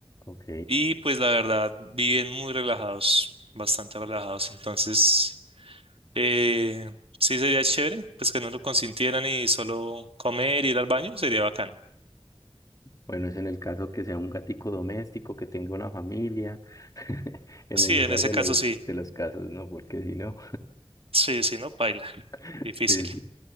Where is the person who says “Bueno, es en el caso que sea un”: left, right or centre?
Left